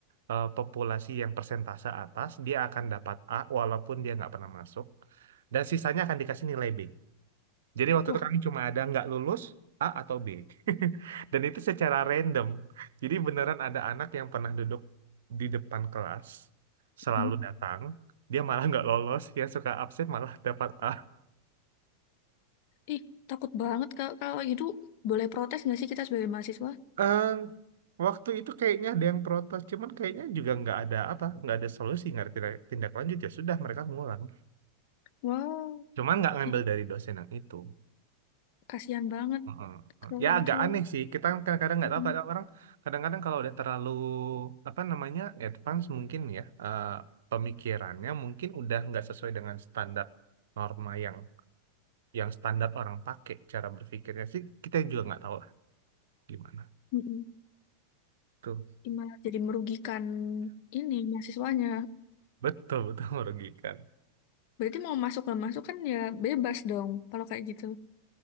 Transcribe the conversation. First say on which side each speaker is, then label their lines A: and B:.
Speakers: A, on the right (about 60°); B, on the left (about 45°).
A: eh, populasi yang persentase atas, dia akan dapat A walaupun dia nggak pernah masuk dan sisanya akan dikasih nilai B. Jadi waktu
B: Wah,
A: itu kami cuma ada nggak lulus A atau B. <laughs> Dan itu secara random. Jadi beneran ada anak yang pernah duduk di depan kelas, selalu
B: mm.
A: datang, dia malah nggak lolos, yang suka absen malah dapat A.
B: Ih, takut banget kalau kalau gitu boleh protes nggak sih kita sebagai mahasiswa?
A: Ehm, waktu itu kayaknya ada yang protes, cuman kayaknya juga nggak ada apa, nggak ada solusi, nggak ada tindak tindak lanjut ya sudah mereka ngulang.
B: Wow,
A: Cuman nggak ngambil
B: ih,
A: dari dosen yang itu.
B: kasihan banget
A: Heeh, heeh.
B: kalau
A: Ya
B: gitu.
A: agak aneh sih. Kita kan kadang-kadang nggak
B: Mm,
A: tahu kadang orang kadang-kadang kalau udah terlalu apa namanya advance mungkin ya eh, pemikirannya mungkin udah nggak sesuai dengan standar norma yang yang standar orang pakai cara berpikirnya sih kita juga nggak tahu lah gimana
B: mm, mm.
A: tuh
B: Ih, malah jadi merugikan ini mahasiswanya.
A: betul betul <laughs> merugikan.
B: Berarti mau masuk nggak masuk kan ya bebas dong kalau kayak gitu.